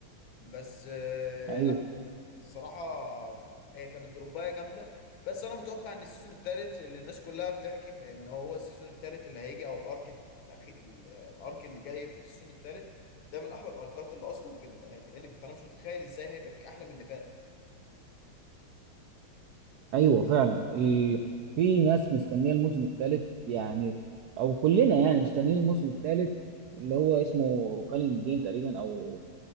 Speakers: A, on the left; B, on the right.
A: بس آه،
B: ايوه
A: لا الصراحة هي كانت دروباية جامدة بس أنا متوقع إن السيزون التالت اللي الناس كلها بتحكي في إن هو السيزون التالت اللي هيجي أو الأرك الأخي... ال- الأرك اللي جاي في السيزون التالت ده من أحلى الأركات اللي أصلا في ال... في الأنمي فأنا مش متخيل إزاي هيبقى فيه أحلى من اللي فات
B: ايوه فعلا ال... في ناس مستنيه الموسم الثالث يعني او كلنا يعني مستنيين الموسم الثالث اللي هو اسمه كالين جين تقريبا او